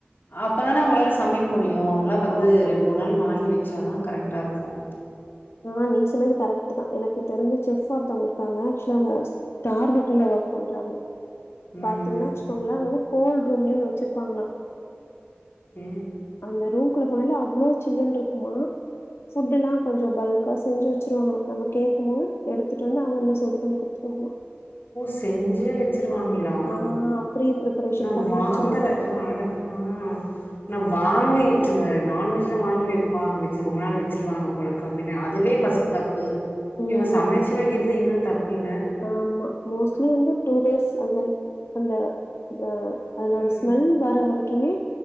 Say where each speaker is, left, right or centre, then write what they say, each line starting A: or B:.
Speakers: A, on the left (about 55°); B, on the left (about 80°).
A: அப்பதான அவுங்ளால சமைக்க அவுங்ளா வந்து
B: ஆமா
A: ரெண்டு மூணு நாள் வாங்கி வச்சா தான் கரெக்ட்டா இருக்கும்
B: ஆ நீங் சொன்னது கரெக்ட்டு தா என தெரி்ஞ்சு செஃப்ஃபா ஒருத்தவுங்க இருக்காங்க ஆக்சுவலா அவுங்க ஸ்டார் ஹோட்டல ஒர்க் பண்றாங்க
A: ம்.
B: பாத்தீங்கன்னா வச்சுக்கோங்களே அவுங்க வந்து கோல் ரூம்லயு ஒன்னு வச்சிருப்பாங்களா
A: ம்
B: அந்த ரூம்குள்ள போனாலே அவ்ளோ சில்லுன்னுட்ருக்குமா ஃபுட் எல்லா கொஞ் கொஞ்சோ பல்கா செஞ்சு வச்சுருவாங்களா நம்ம கேக்கம் போது எடுத்துட்டு வந்து அவன்ல சுடு பண்ணி குடுத்துருவாங்களா
A: ஓ செஞ்சே வச்சிருவாங்களா
B: ஆ ப்ரீ ப்ரிப்பரேஷன்
A: நா
B: பண்ணி
A: வாங்கற
B: வச்சிருவாங்க
A: ஆ அது ஆ நா வாங்கி இந்த நான்வெஜ்லா வாங்கி வெப்பாங்க வச்சு ரொம்ப நாள் வச்சருவாங்க போலருக்கு அப்டின்னே அதுவே ஃபஸ் தப்பு
B: ம்
A: இவுங்க சமைச்சு வைக்கிறது இன்னு தப்பு இல்ல
B: ஆமா மோஸ்ட்லி வந்து டூ டேஸ் அது மாரி அந்த த அதனோட
A: ம்.
B: ஸ்மெல் வர வரைக்குமே